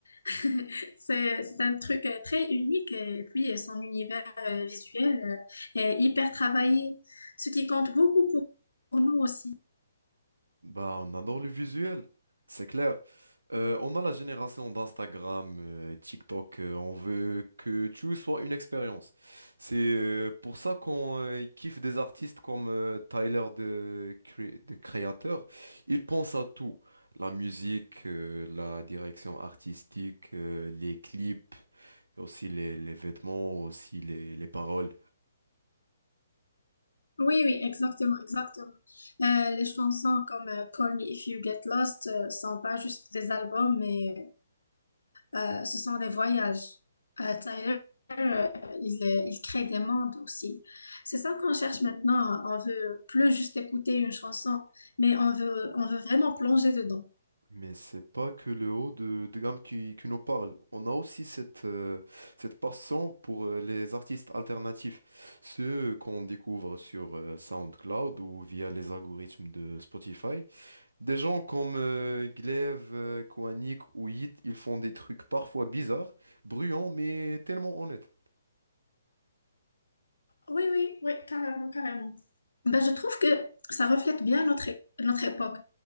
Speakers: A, on the left; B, on the right.
A: <laughs> C'est, c'est un truc euh, très unique euh, et puis euh, son univers euh, visuel euh, est hyper travaillé, ce qui compte beaucoup pour, pour nous aussi.
B: Bah, on adore le visuel, c'est clair. Euh, on a la génération d'Instagram, euh, TikTok, euh, on veut que tout soit une expérience. C'est euh, pour ça qu'on euh, kiffe des artistes comme euh, Tyler, de, Cré- de Créateur. Il pense à tout, la musique, euh, la direction artistique, euh, les clips, et aussi les, les vêtements, aussi les les paroles.
A: Oui, oui, exactement, exactement. Euh, les chansons comme euh, Call Me If You Get Lost euh, sont pas juste des albums, mais euh, ce sont des voyages. Euh, Tyler, euh, il, euh, il crée des mondes aussi. C'est ça qu'on cherche maintenant. On veut plus juste écouter une chanson, mais on veut, on veut vraiment plonger dedans.
B: Mais c'est pas que le haut de, de gamme qui, qui nous parle. On a aussi cette, euh, cette passion pour euh, les artistes alternatifs, ceux qu'on découvre sur euh, SoundCloud ou via les algorithmes de Spotify. Des gens comme euh, Glaive, euh, Koanik ou Hit, ils font des trucs parfois bizarres, bruyants, mais tellement honnêtes.
A: Oui, oui, oui, carrément, carrément. Ben, je trouve que ça reflète bien notre, é- notre époque.